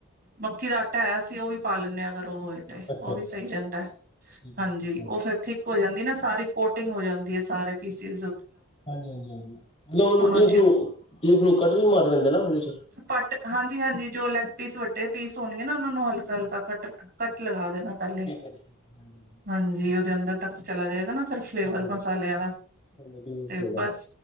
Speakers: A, on the right; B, on the left.
A: ਮੱਕੀ ਦਾ ਆਟਾ ਹੈ, ਅਸੀਂ ਉਹ ਵੀ ਪਾ ਲੈਂਨੇ ਹਾਂ, ਅਗਰ ਉਹ ਹੋਏ।
B: ਅੱਛਾ
A: ਉਹ ਵੀ
B: ਅੱਛਾ
A: ਸਹੀ ਰਹਿੰਦਾ,
B: ਠੀਕ ਹੈ
A: ਹਾਂਜੀ
B: ਜੀ, ਠੀਕ ਹੈ
A: ਉਹ ਫਿਰ ਥਿਕ ਹੋ ਜਾਂਦੀ ਨਾ ਸਾਰੀ, ਕੋਟਿੰਗ ਹੋ ਜਾਂਦੀ ਐ ਸਾਰੇ ਪੀਸਿਜ਼।
B: ਹਾਂਜੀ- ਹਾਂਜੀ- ਹਾਂਜੀ, ਗੋਲ ਰੋਟੀਆਂ
A: ਅੱਛੀ
B: ਉਹਨੂੰ ਪੀਸ ਨੂੰ ਕੱਟਕੇ ਵੀ ਮਾਰ ਦਿੰਦੇ ਨਾ ਉਹਦੇ ਚ।
A: ਕੱਟ ਹਾਂਜੀ- ਹਾਂਜੀ ਜੋ ਲੈੱਗ ਪੀਸ ਵੱਡੇ ਪੀਸ ਹੋਣਗੇ ਨਾ, ਉਹਨਾਂ ਨੂੰ ਹਲਕਾ- ਹਲਕਾ, ਕੱਟ- ਕੱਟ ਲਗਾ ਦੇਣਾ ਪਹਿਲੇ।
B: ਅਭੀਸ਼ੇਕ, ਹਾਂਜੀ-ਹਾਂਜੀ।
A: ਹਾਂਜੀ ਉਹਦੇ ਅੰਦਰ ਤੱਕ ਚਲਾ ਜਾਏਗਾ ਨਾ ਫਿਰ ਫਲੇਵਰ
B: ਹਾਂਜੀ
A: ਮਸਾਲਿਆਂ ਦਾ,
B: ਹਾਂਜੀ ਬਿਲਕੁਲ
A: ਤੇ
B: ਸਹੀ ਗੱਲ
A: ਬਸ
B: ਹੈ